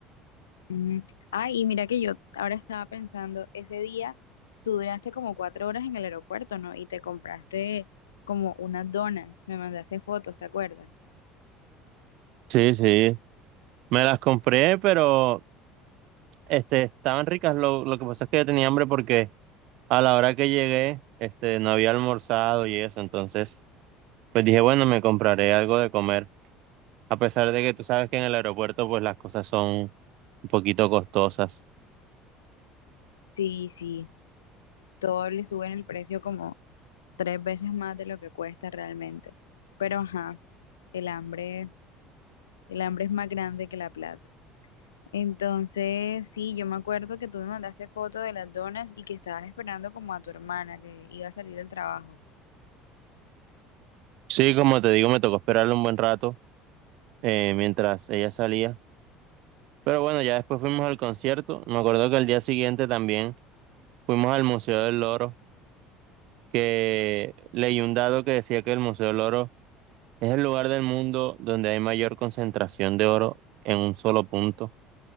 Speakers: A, on the left; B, on the right.
A: Mm. Ay, y mira que yo ahora estaba pensando, ese día tú duraste como cuatro horas en el aeropuerto, ¿no? Y te compraste como unas donas, me mandaste fotos, ¿te acuerdas?
B: Sí, sí. Me las compré, pero este, estaban ricas. Lo, lo que pasa es que yo tenía hambre porque a la hora que llegué, este, no había almorzado y eso. Entonces, pues dije, bueno, me compraré algo de comer. A pesar de que tú sabes que en el aeropuerto, pues las cosas son un poquito costosas.
A: Sí, sí, todo le suben el precio como tres veces más de lo que cuesta realmente. Pero ajá, el hambre, el hambre es más grande que la plata. Entonces, sí, yo me acuerdo que tú me mandaste foto de las donas y que estabas esperando como a tu hermana que iba a salir del trabajo.
B: Sí, como te digo, me tocó esperarlo un buen rato eh, mientras ella salía. Pero bueno, ya después fuimos al concierto. Me acuerdo que al día siguiente también fuimos al Museo del Loro, que leí un dato que decía que el Museo del Loro es el lugar del mundo donde hay mayor concentración de oro en un solo punto. O